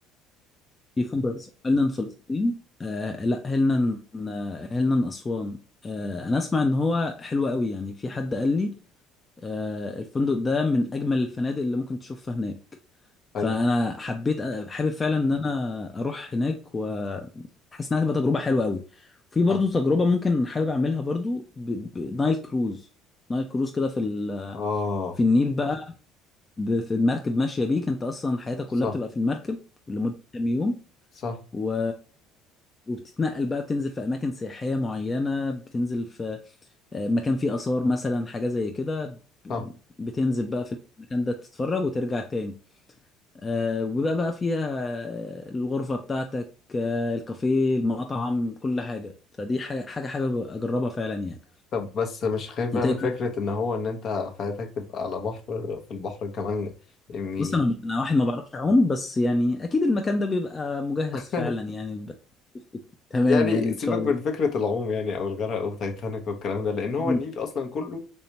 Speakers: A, on the left (about 25°); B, on the left (about 50°).
A: في فندق اسمه هيلنان فلسطين آه لا هيلنان آه، هيلنان أسوان آه أنا أسمع إن هو حلو قوي يعني في حد قال لي آه الفندق ده من أجمل الفنادق اللي ممكن تشوفها هناك فأنا
B: حلو
A: حبيت حابب فعلا إن أنا أروح هناك وحاسس إنها هتبقى تجربة حلوة قوي في برضو
B: اه
A: تجربة ممكن حابب أعملها برضو ب- بنايل كروز نايل كروز كده في ال-
B: اه
A: في النيل بقى ب- في المركب ماشية بيك أنت أصلا حياتك
B: صح
A: كلها بتبقى في المركب لمدة كام يوم
B: صح
A: و وبتتنقل بقى بتنزل في اماكن سياحيه معينه بتنزل في آه، مكان فيه اثار مثلا حاجه زي كده ب-
B: صح
A: بتنزل بقى في المكان ده تتفرج وترجع تاني آه، وبيبقى بقى فيها آه، الغرفه بتاعتك آه، الكافيه المطعم كل حاجه فدي حاجه حاجه حابب اجربها فعلا يعني
B: طب بس مش خايف بقى
A: انت
B: من
A: إيه
B: فكره
A: رأيك؟
B: ان هو ان انت حياتك تبقى على بحر في البحر كمان يعني
A: بص انا أنا واحد ما بعرفش اعوم بس يعني اكيد المكان ده بيبقى مجهز
B: <laughs>
A: فعلا يعني بيبقى <laughs> تمام
B: يعني
A: يعني ان
B: سيبك
A: شاء
B: من فكرة العوم يعني أو الغرق وتايتانيك والكلام ده لأن هو
A: الله
B: النيل أصلا كله